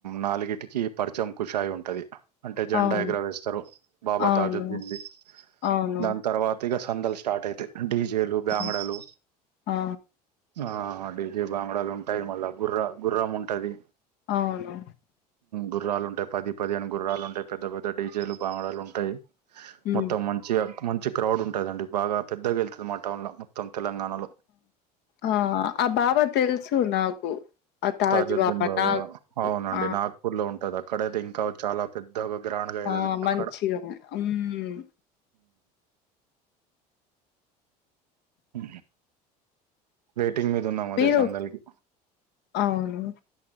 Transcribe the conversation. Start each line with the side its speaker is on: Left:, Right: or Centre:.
Right: నాలుగింటికి పర్చం కుషాయి ఉంటాది అంటే జెండా
Left: అవును
Right: ఎగర వేస్తారు బాబ
Left: అవును
Right: తాజుద్దీన్ ది
Left: అవును
Right: దాని తర్వ తిగా సందాలు స్టార్ట్ అయితాయి డీజేలు బ్యాంగడలు
Left: ఆ ఆ,
Right: ఆ డీజే బాంగడాలు ఉంటాయ్ మళ్ళా గుర్ర గుర్రం ఉంటది
Left: అవును
Right: గుర్రాలు ఉంటాయి పది పది అని గుర్రాలు ఉంటాయి పెద్ద పెద్ద డీజేలు బాంగడాలు ఉంటాయి
Left: ఉమ్
Right: మొత్తం మంచిగా మంచి క్రౌడ్ ఉంటాదండి బాగా పెద్దగా వెళ్తుంది మా టౌన్ లో మొత్తం తెలంగాణలో
Left: ఆ ఆ ఆ బా <unintelligible> తెలుసు నాకు ఆ తాజ్
Right: తాజుద్దీన్ బాబా
Left: నాకు
Right: అవునండి
Left: ఆ
Right: నాగ్పూర్ లో ఉంటది అక్కడయితే ఇంకా చాల పెద్ద ఒక <unintelligible> అయిది
Left: ఆ మంచిగా
Right: అక్కడ
Left: ఉం- ఉమ్
Right: ఉ వెయిటింగ్ మీద ఉన్నాము అదే
Left: మీరు
Right: సందడి
Left: అవును